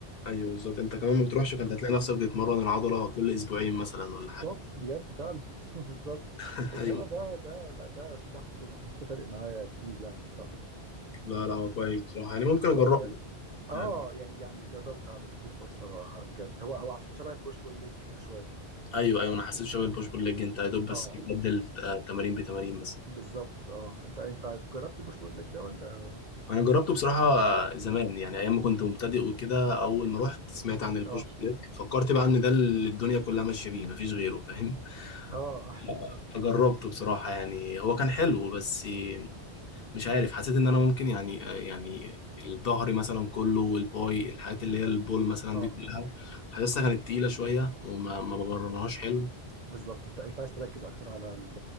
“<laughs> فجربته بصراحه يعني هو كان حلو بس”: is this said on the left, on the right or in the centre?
Left